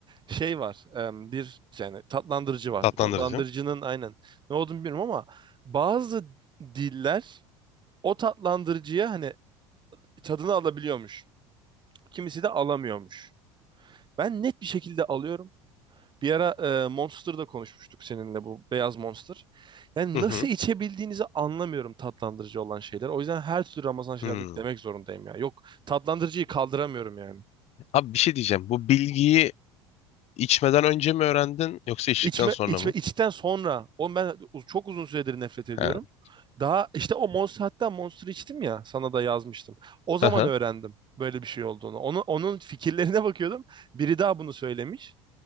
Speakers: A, on the right; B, on the left.
A: şey var. em, Bir yani tatlandırıcı var.
B: Tatlandırıcı.
A: Bu tatlandırıcının aynen ne olduğunu bilmiyorum ama bazı diller o tatlandırıcıya hani tadını alabiliyormuş. Kimisi de alamıyormuş. Ben net bir şekilde alıyorum. Bir ara e, Monster'da konuşmuştuk seninle bu beyaz Monster. Yani
B: Hı hı.
A: nasıl içebildiğinizi anlamıyorum tatlandırıcı olan şeyler. O yüzden her türlü Ramazan şerbeti
B: Hmm.
A: demek zorundayım ya. Yok tatlandırıcıyı kaldıramıyorum yani.
B: Abi bir şey diyeceğim. Bu bilgiyi içmeden önce mi öğrendin yoksa içtikten
A: İçme,
B: sonra
A: içme
B: mı?
A: içten sonra o ben u- çok uzun süredir nefret ediyorum.
B: He.
A: Daha işte o Monster hatta Monster içtim ya sana da yazmıştım. O zaman
B: Hı hı.
A: öğrendim böyle bir şey olduğunu. Onu, onun fikirlerine bakıyordum. Biri daha bunu söylemiş.